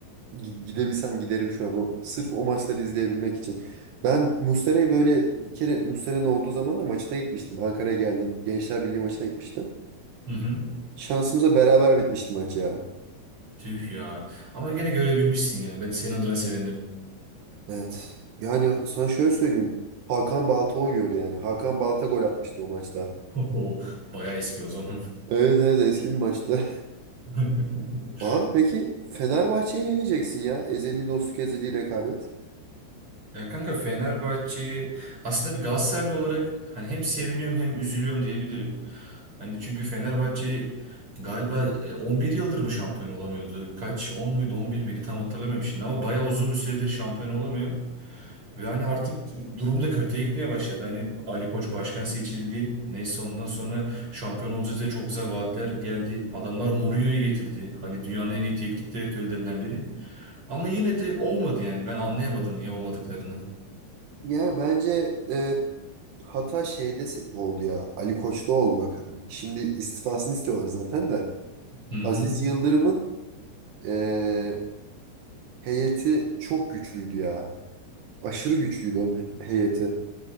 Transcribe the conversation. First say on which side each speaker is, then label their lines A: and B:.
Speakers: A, on the right; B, on the right.
A: gi- gidebilsem giderim şu an o sırf o maçları izleyebilmek için. Ben Mustera'yı böyle bir kere Mustera'nın olduğu zamanlar maçına gitmiştim. Ankara'ya geldi. Gençler Birliği maçına gitmiştim.
B: Hı hı.
A: Şansımıza beraber bitmişti maç ya.
B: Tüh ya. Ama gene görebilmişsin ya. Ben senin adına sevindim.
A: Evet. Yani sana şöyle söyleyeyim. Hakan Balta oynuyordu yani. Hakan Balta gol atmıştı o maçta.
B: <laughs> Bayağı eski o zaman.
A: Evet evet eski bir maçta.
B: <laughs>
A: <laughs> Abi peki Fenerbahçe'ye ne diyeceksin ya? Ezeli dostluk, ezeli rekabet.
B: Ya kanka Fenerbahçe aslında bir Galatasaraylı olarak hani hem seviniyorum hem üzülüyorum diyebilirim. Hani çünkü Fenerbahçe galiba e, 11 yıldır mı şampiyon olamıyordu? Kaç? 10 muydu 11 miydi tam hatırlamıyorum şimdi ama bayağı uzun bir süredir şampiyon olamıyor. Ve hani artık durum da kötüye gitmeye başladı. Hani Ali Koç başkan seçildi. Neyse ondan sonra şampiyon olacağız diye çok güzel vaatler geldi. Adamlar Mourinho'yu getirdi. Hani dünyanın en iyi teknik direktörlerinden biri. Ama yine de olmadı yani. Ben anlayamadım niye olmadıklarını.
A: Yani bence Hata şeyde se- oldu ya. Ali Koç'ta oldu bak. Şimdi istifasını istiyorlar zaten de.
B: Hı hı.
A: Aziz Yıldırım'ın eee, heyeti çok güçlüydü ya. Aşırı güçlüydü onun he- heyeti.